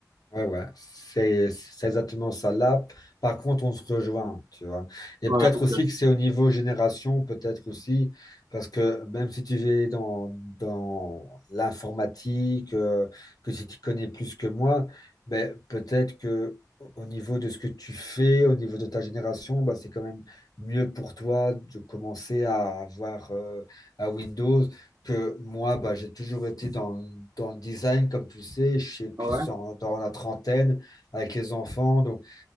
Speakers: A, on the left; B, on the right.
A: Ouais, ouais, c'est c'est exactement ça. Là, par contre, on se rejoint, tu vois. Et
B: Ouais,
A: peut-être
B: exact.
A: aussi que c'est au niveau génération, peut-être aussi, parce que même si tu es dans, dans l'informatique, euh, que si tu connais plus que moi, mais peut-être que au niveau de ce que tu fais, au niveau de ta génération, bah, c'est quand même mieux pour toi de commencer à avoir euh, à Windows que moi, bah, j'ai toujours été dans, dans le design, comme tu le sais, je suis plus
B: Ouais.
A: en- dans la trentaine avec les enfants. Donc,